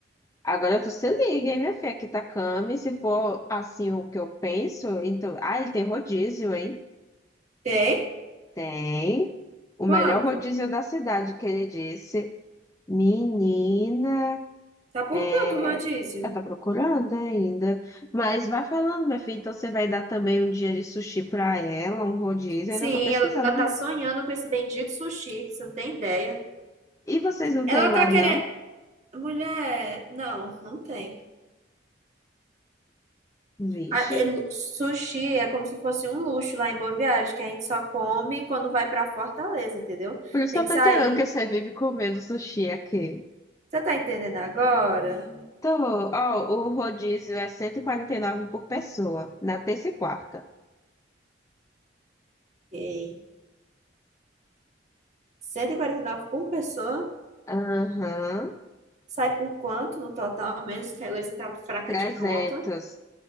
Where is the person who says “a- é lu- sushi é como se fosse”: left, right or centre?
Right